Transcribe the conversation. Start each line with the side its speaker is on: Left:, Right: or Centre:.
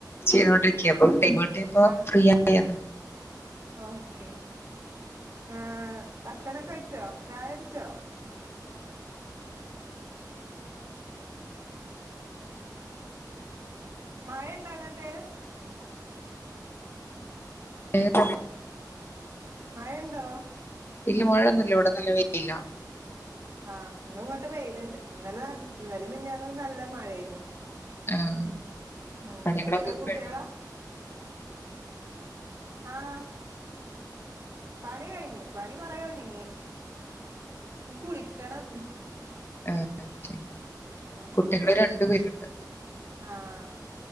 Left: ചെയ്തോണ്ടിരിക്കയ അപ്പൊ ടൈമ ഇപ്പളാ
Right: ആഹ്
Left: ഫ്രീ ആയത്
Right: ഓക്കെ ആ ഭക്ഷണം കഴിച്ചോ ചായടിച്ചോ? മയ ണ്ടാ അങ്ങട്ട്?
Left: ഏ <unintelligible>
Right: മയണ്ടോ?
Left: ഇല്ല മയന്നുല്ലാ ഇവിടെ നല്ല വെയില്ലാ
Right: ആഹ് ഇന്നും ങ്ങിട്ട് വെയിലുണ്ട് ഇന്നല നല്ല ഇന്നലിം മിനിഞ്ഞാന്നും നല്ല മഴേന്നു
Left: ആഹ
Right: ഉം
Left: പണികളൊക്കെ
Right: എത്ര കുട്ടികളാ
Left: കഴിഞ്ഞോ?
Right: ആഹ് പണി കഴിഞ്ഞു പണി കൊറേ ഒരുങ്ങി ഇനി കുളിക്കണം
Left: ആഹ് ഓക്കെ
Right: ആഹ്
Left: കുട്ടികള് രണ്ടു പേരുണ്ട്
Right: ആഹ്